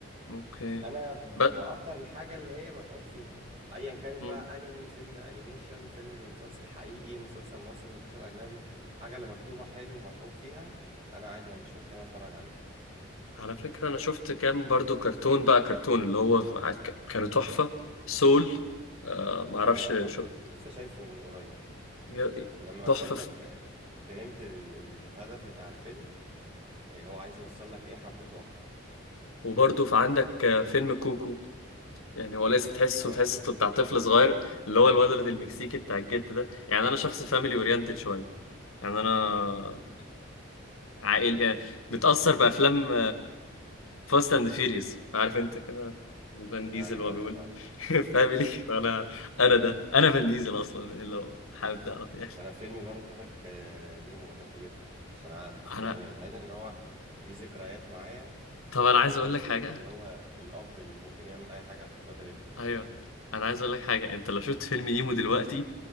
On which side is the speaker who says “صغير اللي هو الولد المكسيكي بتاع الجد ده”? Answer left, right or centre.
Left